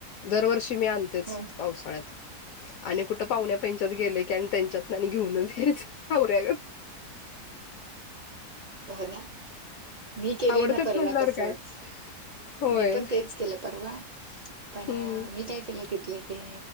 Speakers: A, on the left; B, on the right.
A: दरवर्षी मी आणतेच
B: हो
A: पावसाळ्यात आणि कुठं पाहुण्या पहिच्यात गेले की आणि त्यांच्यात घेऊनच यायचवऱ्या
B: हो ना. मी केले
A: आवडतात
B: ना परवा
A: म्हणल्यावर
B: तसच.
A: काय होय
B: मी पण तेच केलं परवा पण
A: हम्म
B: मी काय केलंय तिथले ते